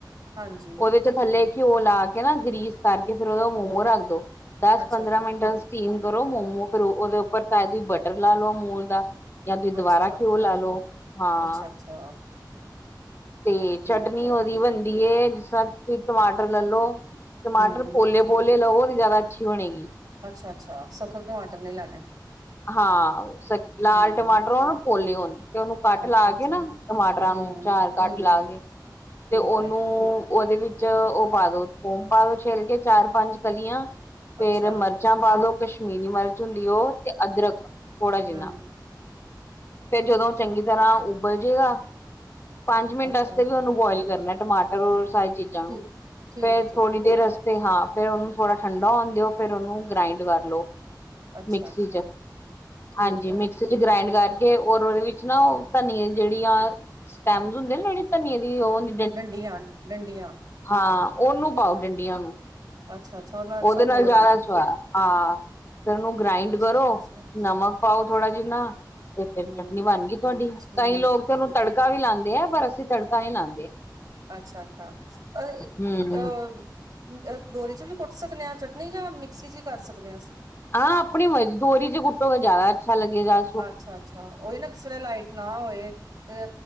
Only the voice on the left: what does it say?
ਉਹਦੇ ਚ ਥੱਲੇ ਘਿਓ ਲਾ ਕੇ ਨਾ, ਗਰੀਸ ਕਰਕੇ ਫਿਰ ਉਹਦਾ ਮੋਮੋ ਰੱਖ ਦੋ ਦਸ
ਪੰਦਰਾਂ ਮਿੰਟ ਸਟੀਮ ਕਰੋ ਮੋਮੋ ਫਿਰ ਉਹਦੇ ਉੱਪਰ ਤਾ ਹੀ ਬਟਰ ਲਾ ਲਓ ਅਮੂਲ ਦਾ- ਜਾਂ ਤੁਸੀਂ ਦੁਬਾਰਾ
ਘਿਓ ਲਾ ਲੋ, ਹਾਂ
ਤੇ
ਚਟਨੀ ਉਹਦੀ
ਬਣਦੀ ਜਿਸ ਤਰ੍ਹਾਂ ਤੁਸੀਂ ਟਮਾਟਰ ਲੱ ਲੋ। ਟਮਾਟਰ
ਪੋਲੇ- ਪੋਲੇ ਲਵੋ ਤੇ ਜ਼ਿਆਦਾ ਅੱਛੀ ਬਣੇਗੀ।
ਹਾਂ ਲਾਲ
ਟਮਾਟਰ ਹੋਣ ਪੋਲੇ ਹੋਣ ਤੇ ਉਹਨੂੰ ਕੱਟ
ਲਾ ਕੇ ਨਾ ਟਮਾਟਰਾਂ
ਨੂੰ ਚਾਰ ਕੱਟ
ਲਾ ਕੇ ਤੇ
ਉਹਨੂੰ
ਉਹਦੇ ਵਿੱਚ ਉਹ ਪਾ ਦੋ ਥੋਮ ਪਾ ਦੋ ਛੇਲ ਕੇ ਚਾਰ ਪੰਜ ਕਲੀਆਂ ਫੇਰ
ਮਿਰਚ ਮਰਚਾਂ ਪਾ ਦੋ ਕਸ਼ਮੀਰੀ ਮਿਰਚ ਹੁੰਦੀ ਉਹ ਤੇ ਅਦਰਕ ਥੋੜ੍ਹਾ ਜਿੰਨਾ-
ਫਿਰ ਜਦੋਂ ਚੰਗੀ ਤਰ੍ਹਾਂ ਉਬਲ ਜੇਗਾ ਪੰਜ ਮਿੰਟ
ਅਸਤੇ ਵੀ ਉਹਨੂੰ ਬੋਆਇਲ ਕਰਨਾ ਟਮਾਟਰ ਔਰ ਸਾਰੀ ਚੀਜ਼ਾਂ
ਨੂੰ
ਫੇਰ
ਥੋੜੀ ਦੇਰ ਤੇ ਹਾਂ ਫਿਰ ਉਹਨੂੰ ਥੋੜ੍ਹਾ ਠੰਡਾ ਹੋਣ ਦਿਓ ਫਿਰ ਉਹਨੂੰ ਗ੍ਰਾਇੰਡ ਕਰ ਲਉ।
ਮਿਕਸੀ 'ਚ
ਹਾਂਜੀ ਮਿਕਸੀ
ਗ੍ਰਾਇੰਡ ਕਰਕੇ ਔਰ ਉਹਦੇ ਵਿੱਚ ਨਾ ਉਹ ਧਨੀਏ ਜਿਹੜੀ ਆ ਸਟੈਮਸ ਹੁੰਦੇ ਜਿਹੜੀ ਧਨੀਏ ਦੀ ਉਹ ਹੁੰਦ
ਹਾਂ ਉਹਨੂੰ ਪਾਓ ਡੰਡੀਆਂ ਨੂੰ
ਉਹਦੇ
ਨਾਲ ਜ਼ਿਆਦਾ
ਸੁਆ ਹਾਂ। ਫਿਰ ਉਹਨੂੰ ਗ੍ਰਾਈਡ
ਕਰੋ ਨਮਕ ਪਾਓ ਥੋੜਾ ਜਿੰਨਾ ਤੇ ਫਿਰ
ਚਟਨੀ ਬਣ ਗਈ ਤੁਹਾਡੀ
ਕਈ ਲੋਕ
ਤੇ ਉਹਨੂੰ ਤੜਕਾ ਵੀ ਲਾਂਦੇ ਹੈ ਪਰ ਅਸੀਂ ਤੜਕਾ ਨ ਲਾਂਦੇ।
ਹਮ
ਹਾਂ ਆਪਣੀ ਮਰਜ਼ੀ ਦੋਰੀ 'ਚ ਕੁੱਟੋਗੇ ਜ਼ਿਆਦਾ ਅੱਛਾ ਲੱਗੇ ਗਾ।